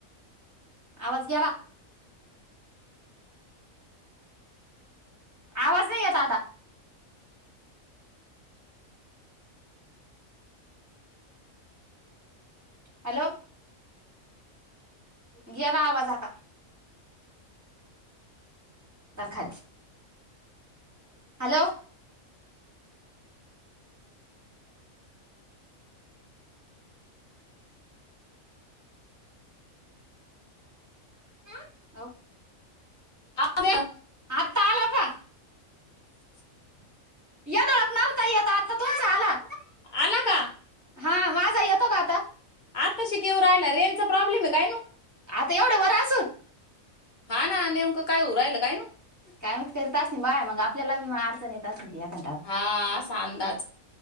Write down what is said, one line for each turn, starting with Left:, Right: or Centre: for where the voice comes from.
Right: आवाज गेला. आवाज नाइ येत आता. हॅलो गेला आवाज आता. तर खाली हॅलो ह हो <unintelligible>
Left: अ <unintelligible>
Right: आता आला का?
Left: <unintelligible>
Right: येडलोक नवता येत, आता तुमचा आला
Left: आला का?
Right: हा माझा जा येतो का आता?
Left: आताशिक येऊ राहिला रेजचा प्रॉब्लेम आहे काय ना.
Right: आता एवढं वर असून.
Left: हा ना नेमकं काय हो राहिल काय ना.
Right: काय माहित करत असेल बाय मग आपल्याला बी अडचण येतचं असेल की ऐकान.
Left: हा आसा अंदाज